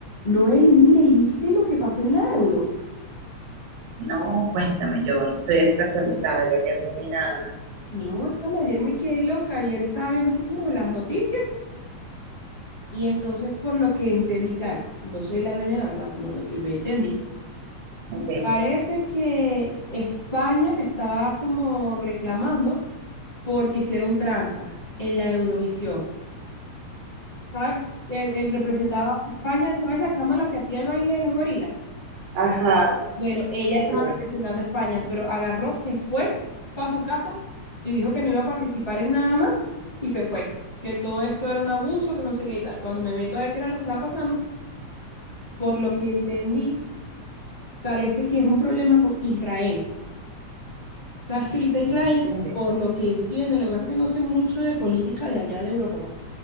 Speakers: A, on the left (about 30°); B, on the right (about 80°).
A: Noel, y mira, ¿y viste lo que pasó en la Euro?
B: No, cuéntame, yo estoy desactualizada, yo ayer no vi nada.
A: No, chama, ayer me quedé loca, ayer estaba viendo así como las noticias y entonces por lo que entendí, claro, no soy la dueña de la verdad, sino lo que yo entendí.
B: Ok.
A: Parece que España estaba como reclamando porque hicieron trampa en la Eurovisión. ¿Sabes? El, el representaba a España, ¿sabes la chama la que hacía el baile de los gorilas?
B: Ajá,
A: Bueno, ella
B: hello,
A: estaba representando a España, pero agarró, se fue para su casa y dijo que no iba a participar en nada más y se fue. Que todo esto era un abuso, que no sé qué y tal. Cuando me meto a ver qué era lo que estaba pasando, por lo que entendí, parece que es un problema con Israel. Sabes que ahorita Israel,
B: en serio,
A: por lo que entiendo, lo que pasa es que no sé mucho de política de allá de Europa, pues,